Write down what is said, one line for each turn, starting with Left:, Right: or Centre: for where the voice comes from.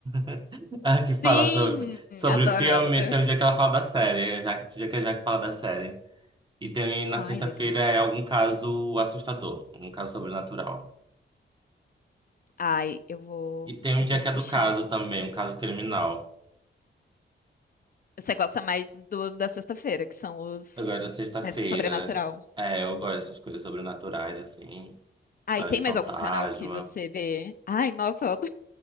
Right: <laughs> a que fala
Left: Sim,
Right: sobre, sobre
Left: adoro
Right: filme,
Left: ela.
Right: tem um dia que ela fala da série, é já, tem um dia que a Jaque fala da série. E tem na
Left: Ai,
Right: sexta-feira
Left: legal.
Right: é algum caso assustador, um caso sobrenatural.
Left: Ai, eu vou,
Right: E tem um
Left: eu
Right: dia
Left: vou assistir.
Right: que é do caso também, um caso criminal.
Left: Você gosta mais dos da sexta-feira, que são os
Right: Agora, sexta-feira.
Left: mais sobrenatural.
Right: É, eu gosto dessas coisas sobrenaturais, assim. História
Left: Ai, tem
Right: de fantasma.
Left: mais algum canal que você vê? Ai, nossa, eu adoro